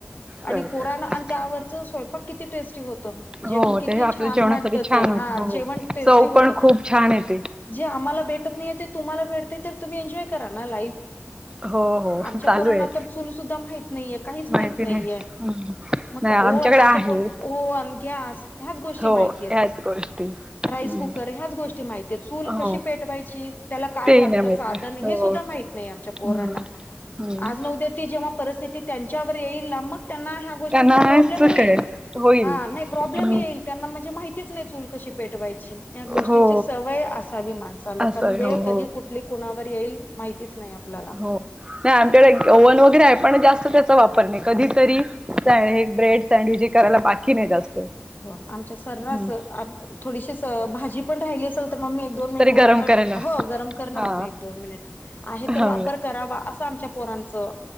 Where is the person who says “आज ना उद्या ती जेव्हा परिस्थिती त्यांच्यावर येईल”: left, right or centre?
Left